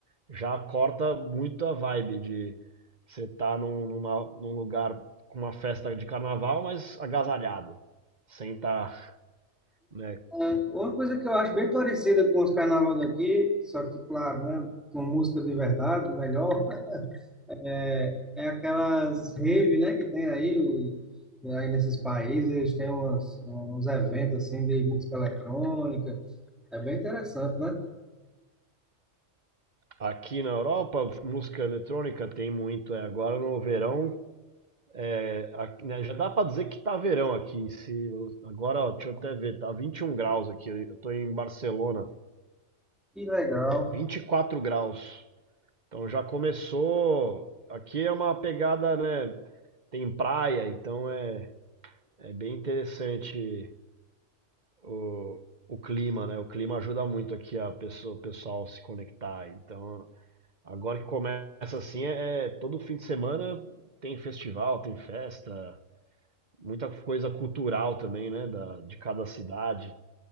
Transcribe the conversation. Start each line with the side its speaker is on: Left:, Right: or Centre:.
Right: já corta muito a vibe de você estar tá num, numa- num lugar com uma festa de carnaval, mas agasalhado, sem estar, né?
Centre: É, uma coisa que eu acho bem parecida com os carnaval daqui, só que claro, né, com música de verdade, melhor, <laughs> é, é aquelas rave, né, que tem aí, o, aí nesses países, eles têm umas, uns eventos assim de música eletrônica. É bem interessante, né?
Right: Aqui na Europa, música eletrônica tem muito. é, agora no verão, é, aqui, né, já dá pra dizer que tá verão aqui. Se, agora, ó, deixa eu até ver, tá 21 graus aqui. Eu tô em Barcelona,
Centre: Que legal.
Right: 24 graus. Então já começou. Aqui é uma pegada, né? Tem praia, então é, é bem interessante o, o clima, né? O clima ajuda muito aqui a pessoa, o pessoal se conectar. Então agora que começa assim, é é, todo fim de semana tem festival, tem festa, muita coisa cultural também, né? Da, de cada cidade.